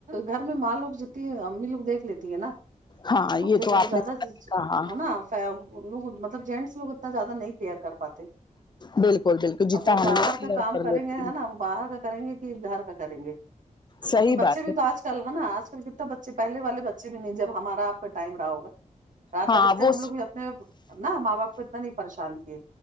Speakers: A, on the right; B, on the left.
A: گھر میں ماں لوگ جتتی ہے امی لوگ دیکھ لیتی ہے نا
B: ہاں یہ
A: اب تو
B: آپ
A: زیادہ
B: نے کہا
A: ہے نا لوگ مطلب جینٹس لوگ اتنا زیادہ نہیں کیئر کر پاتے
B: بالکل بالکل جتنا
A: اب وہ
B: ہم
A: باہر
B: لوگ کیئر
A: کے کام
B: کر
A: کریں
B: لیتے
A: گے ہے
B: ہیں
A: نا باہر کا کریں گے کہ گھر کا کریں گے
B: صحیح
A: اھر بچے
B: بات
A: بھی
B: ہے
A: تو آج کل چل ہے نا آج کل کتنا بچے پہل والے بچے بھی نہیں جب ہمارا آپ کا ٹائم رہا ہوگا رات
B: ہاں
A: اب اتنے
B: وہ
A: ہم لوگ بھی اپنے نہ ماں باپ کو اتنا نہیں پریشان کیے